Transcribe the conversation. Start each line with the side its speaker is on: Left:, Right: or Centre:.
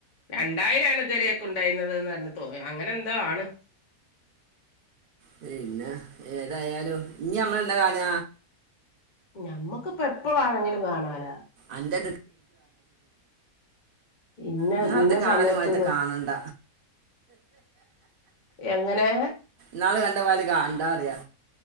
Left: രണ്ടായിരാണ് ഇതുവരെക്കെ ഉണ്ടായിരുന്നതെന്ന്റഞ്ഞ തോന്ന് അങ്ങനെന്തോ ആണ്.
Right: പിന്നെ ഏതായാലും ഞ്ഞി നമ്മളെന്ന കാണ്ക.
Left: ഞമ്മക്കിപ്പ എപ്പവാണെങ്കിലും കാണാലോ.
Right: <unintelligible>
Left: ഇന്ന
Right: ഇന്നാൾത്തെ
Left: ഇന്ന
Right: കാണാലുമാൽത്തെ
Left: സമയത്ത്ന്ന്
Right: കാണണ്ട.
Left: എങ്ങനെ?
Right: ന്നാള് കണ്ടപോലെ കാണണ്ടാറിയാ.